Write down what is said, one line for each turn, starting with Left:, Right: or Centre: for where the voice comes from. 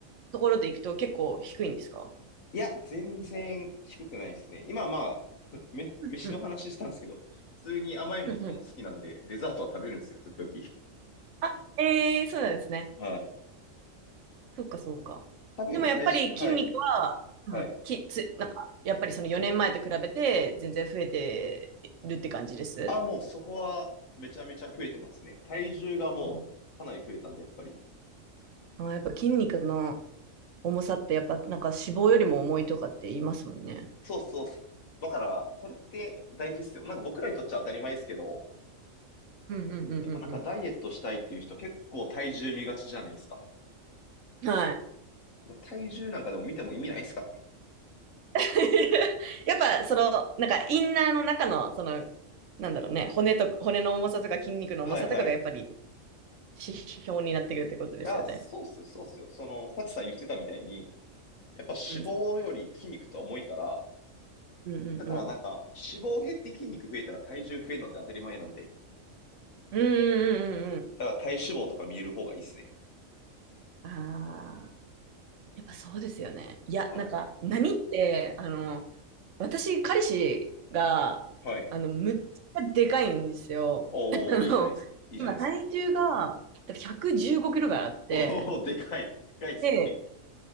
Right: ところでいくと結構低いんですか
Left: いや、全然低くないですね。今まあ、<laughs> め、
Right: うんうん、
Left: 飯の話したんですけど、普通に甘いもんとかも好きなんで、
Right: うんうん。
Left: デザートは食べるんですよ、時々。
Right: あ、ええーそうなんですね。
Left: はい。
Right: そっかそっか。
Left: 多分、
Right: でもやっぱり筋肉は、
Left: 体脂、はい、はい。
Right: うんきつ、なんか、やっぱりその4年前と比べて全然増えてるって感じです
Left: あ、もうそこはめちゃめちゃ増えてますね。体重がもうかなり増えたんで、
Right: あの
Left: やっぱり。
Right: あやっぱ筋肉の重さってやっぱなんか脂肪よりも重いとかって言いますもんね。
Left: そうそうっす。だから、それって大事っすよ。なんか僕らにとっちゃ当たり前ですけど、
Right: うんうんうんうん
Left: やっぱなんかダイエットしたいっていう人結構体重見がちじゃないですか。
Right: うん。はい。
Left: 体重なんかでも見ても意味ないですからね。
Right: <laughs> やっぱ、その、なんか、インナーの中の、その、なんだろうね、骨と、骨の重さとか筋肉の重さとかがやっぱり
Left: はいはい。
Right: 指標になってくるってことですよね。
Left: いや、そうっすよ、そうっすよ。その、サチさん言ってたみたいに、やっぱ脂肪より筋肉とは重いから、
Right: うん。うんうんうん。
Left: だからなんか、脂肪減って筋肉増えたら体重増えるのって当たり前なんで、
Right: うんうんうんうん。
Left: だから体脂肪とか見える方がいいっすね。
Right: ああ、やっぱそうですよね。いや、
Left: はい。
Right: なんか、何って、あの、私、彼氏が、
Left: はい。
Right: あの、むっちゃでかいんですよ。
Left: おー、
Right: <laughs> あの、
Left: いいじゃないですか。いいじゃないですか。
Right: 今、体重が、多分115キロぐらいあって、
Left: おー、でかい。でかいっすね。
Right: で、
Left: <laughs>